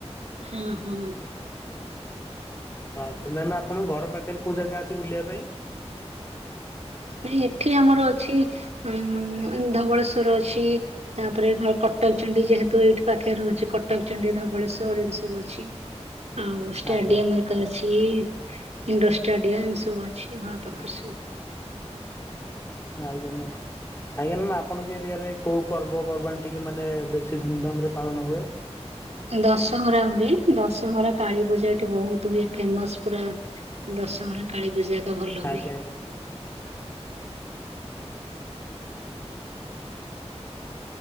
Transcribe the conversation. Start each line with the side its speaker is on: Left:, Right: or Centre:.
Right: ହଁ ହୁଁ।
Left: ଆଛା ମ୍ୟାମ୍ ଆପଣଙ୍କ ଘର ପାଖରେ କୋଉ ଜାଗା ଅଛି ବୁଲିବା ପାଇଁ?
Right: ନାଇଁ ଏଠି ଆମର ଅଛି ଉମ ଧବଳେଶ୍ଵର ଅଛି। ତାପରେ ଘ କଟକ ଚଣ୍ଡୀ ଯେହେତୁ ଏଇଠି ପାଖରେ ରହୁଛି କଟକ ଚଣ୍ଡୀ ଧବଳେଶ୍ଵର ଏମତି ସବୁ ଅଛି। ଆଉ ଷ୍ଟାଡିୟମ
Left: ଆଜ୍ଞା
Right: ଏକରେ ଅଛି ଇଣ୍ଡୋର ଷ୍ଟାଡିୟମ ସବୁ ଅଛି ଘର ପାଖରେ ସବୁ।
Left: ଆଜ୍ଞା ମମ୍। ଆଜ୍ଞା ମ୍ୟାମ୍ ଆପଣଙ୍କ ଏରିଆରେ କୋଉ ପର୍ବପର୍ବାଣି ଟିକେ ମାନେ ବେଶୀ ଧୁମଧାମରେ ପାଳନ ହୁଏ।
Right: ଦଶହରା ହୁଏ ଦଶହରା କାଳୀ ପୂଜା ଏଠି ବହୁତ ହୁଏ ଫେମସ ପୁରା ଦଶହରା କାଳୀ ପୂଜା ଏକା ଭଲ ହୁଏ।
Left: ଆଜ୍ଞା ଆଜ୍ଞା